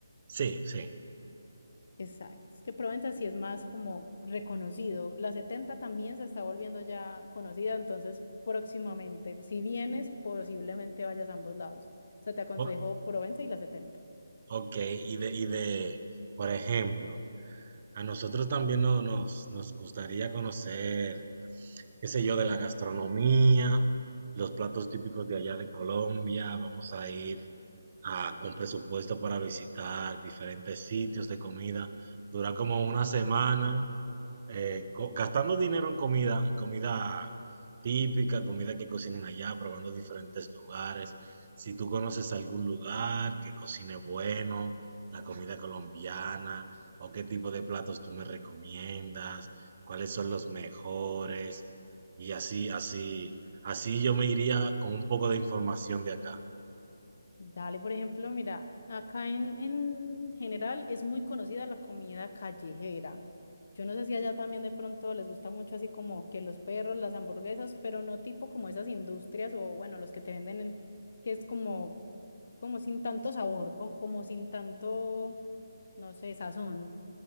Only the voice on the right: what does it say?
sí, sí.
O-
ok, y de, y de, por ejemplo, a nosotros también no- nos, nos gustaría conocer qué sé yo, de la gastronomía, los platos típicos de allá de Colombia. Vamos a ir a- con presupuesto para visitar diferentes sitios de comida. Dura como una semana eh, co- gastando dinero en comida, en comida típica, comida que cocinen allá, probando diferentes lugares. Si tú conoces algún lugar que cocine bueno, la comida colombiana, o qué tipo de platos tú me recomiendas, cuáles son los mejores, y así, así, así yo me iría con un poco de información de acá.